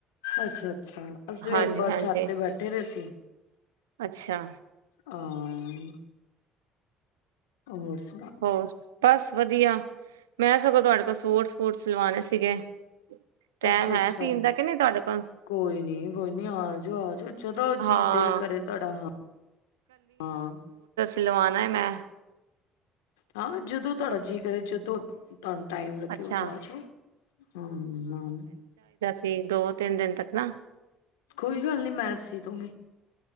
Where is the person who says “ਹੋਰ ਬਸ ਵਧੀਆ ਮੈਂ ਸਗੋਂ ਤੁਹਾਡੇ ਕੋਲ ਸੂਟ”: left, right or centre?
Right